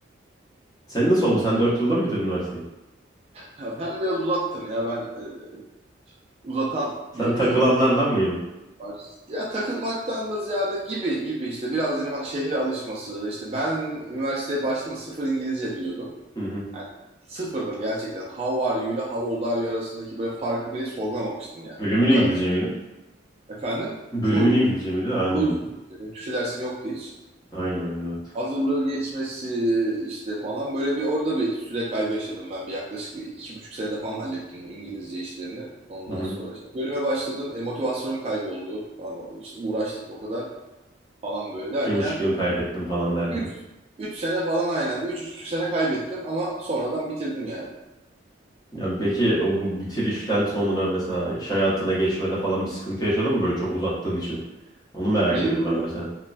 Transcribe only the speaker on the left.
Sen nasıl oldu? Sen 4 yılda mı bitirdin üniversiteyi?
Sen
takılanlardan
mıydın?
Hı hı.
Bölümün
İngilizce
miydi?
Bölümün
İngilizce miydi? Ha, Anladım.
Aynı benim de. evet.
Hı hı.
İki buçuk yıl kaybettim falan derken.
Ya peki o bu bitirişten sonra mesela iş hayatına geçmede falan bir sıkıntı yaşadın mı böyle çok uzattığın için? Onu merak
ediyorum ben mesela.